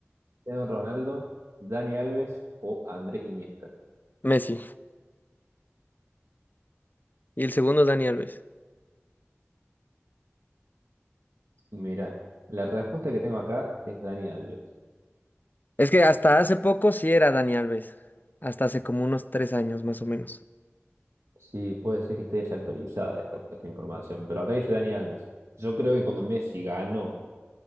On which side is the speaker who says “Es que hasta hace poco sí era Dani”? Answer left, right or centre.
Left